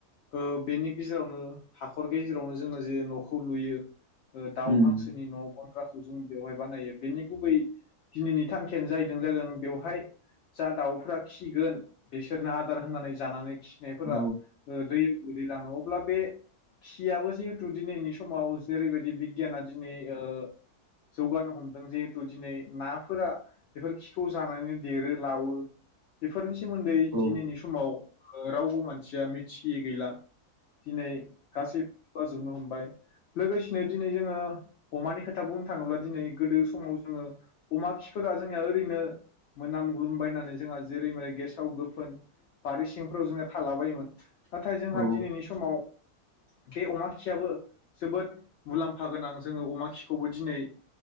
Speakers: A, on the left; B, on the right.
A: ओ बेनि गेजेरावनो हाखर गेजेरावनो जोङो जे न'खौ लुयो ओ दाउ
B: उम,
A: हांसोनि न' गन्द्राखौ जों बेवहाय बानायो बेनि गुबै दिनैनि थांखियानो जाहैदों जादों बेवहाय जा दाउफ्रा खिगोन बिसोरनो आदार होननानै जानानै खिनायफोरा
B: औ
A: ओ दैयाव गोगलैलाङो अब्ला बे खियाबो जिहेथु दिनैनि समाव जेरैबायदि बिगियाना दिनै ओ जौगानो हमदों जिहेथु दिनै नाफोरा बेफोर खिखौ जानानै देरो लोवो बेफोरनि सोमोन्दै
B: औ
A: दिनैनि समाव रावबो मानसिया मिथियै गैला दिनै गासैबो जौगाजोबनो हमबाय लोगोसेनो दिनै जोङो अमानि खोथा बुंनो थाङोब्ला दिनै गोदो समाव जोङो अमा खिफोरा जोंनिया ओरैनो मोनामग्लुमबायनानै जोंहा जेरै मैरै गेसाव गोफोन बारि फोराव जोङो थालाबायोमोन नाथाय जोंहा
B: औ
A: दिनैनि समाव बे अमा खियाबो जोबोद मुलाम्फा गोनां जोङो अमा खिखौबो दिनै